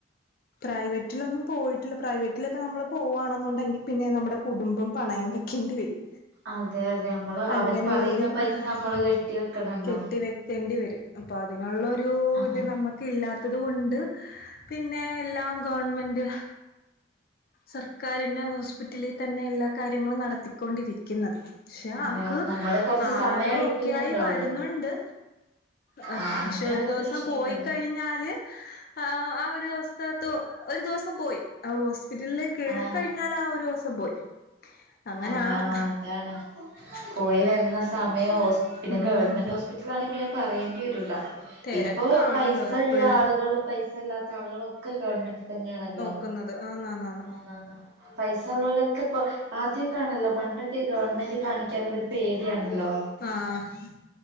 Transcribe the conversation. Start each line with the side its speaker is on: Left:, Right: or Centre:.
Left: പ്രൈവറ്റിലൊന്നും പോയിട്ടില്ല. പ്രൈവറ്റിലൊക്കെ നമ്മൾ പോകുകവാണെന്നുണ്ടെങ്കിൽ പിന്നെ നമ്മുടെ കുടുംബം പണയം വയ്ക്കേണ്ടി വരും.
Right: അതെ അതെ നമ്മള്
Left: അങ്ങനെയുള്ളൊരു
Right: അവര് പറയുന്ന
Left: <unintelligible>
Right: പൈസ നമ്മള് കെട്ടി വെക്കണല്ലോ
Left: കെട്ടി വെ ക്കെണ്ടിവരും അപ്പോൾ അതിനുള്ളൊരു
Right: ആഹ്
Left: ഇത് നമുക്ക ഇല്ലാത്തത് കൊണ്ട്. പിന്നേ എല്ലാം ഗവണ്മെന്റ് സർക്കാരിന്റെ ഹോസ്പിറ്റലിൽ തന്നെ എല്ലാ കാര്യങ്ങളും നടത്തിക്കൊണ്ടിരിക് ക്കുന്നത്. പക്ഷെ
Right: അതെ
Left: ആക്ക്
Right: നമ്മള് കൊറച്ച്
Left: ആള്
Right: സമയം എടുക്കുന്നുണ്ടാവുള്ളൂ
Left: ഒക്കെ ആയി വരുന്നുണ്ട്. ഹാ
Right: ആഹ്
Left: പക്ഷെ
Right: അങ്ങനെ
Left: ഒരു
Right: ആവുമ്പോ
Left: ദിവസം
Right: പ്രശ്നല്ലല്ലോ
Left: പോയി കഴിഞ്ഞാല്. ആ ആ ഒരുസ്‌ത് ത്തു ഒരു ദിവസം പോയി ആ ഹോസ്പിറ്റലില് കേറിക്കഴിഞ്ഞാല
Right: ആഹ്
Left: ആ ഒരുസം പോയി അങ്ങനാണ്
Right: അതെ ആഹ് അതാണ് പോയി
Left: ഹോസ്പിറ്റലിൽ
Right: വരുന്ന സമയം ഹോസ് പിന്നെ
Left: ഉം
Right: ഗവൺമെന്റ് ഹോസ് വീട്ടിലാണെങ്കി പിന്നെ പറയേണ്ടി വരൂല്ല.
Left: തിരക്കാണല്ലോ
Right: ഇപ്പൊ പൈസള്ള
Left: എപ്പഴും
Right: ആളുകളും പൈസ ഇല്ലാത്ത ആളുകളും ഒക്കെ ഗവൺമെന്റ് തന്നെയാണല്ലോ.
Left: ക്കുന്നത് ആ നാ നാണ്.
Right: ആഹ് പൈസ ഉള്ളലൊക്കെ പ്പോ ആദ്യൊക്കെ ആണല്ലോ പണ്ടൊക്കെ ഗവൺമെന്റ് കാണിക്കാറീമ്പോ ഒരു പേടിയാണല്ലോ.
Left: ആഹ്